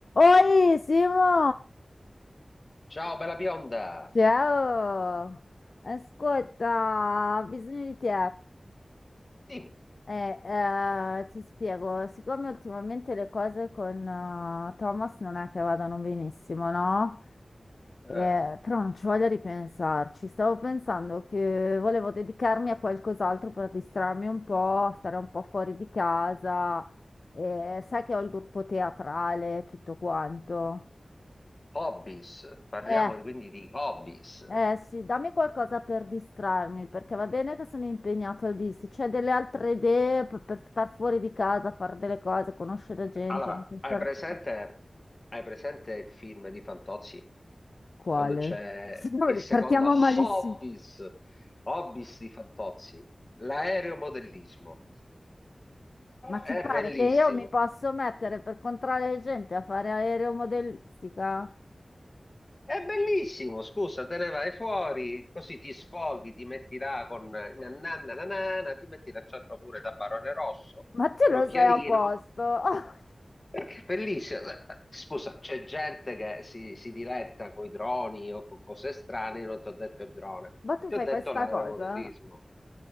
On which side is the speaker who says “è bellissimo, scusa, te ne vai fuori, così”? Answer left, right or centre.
Left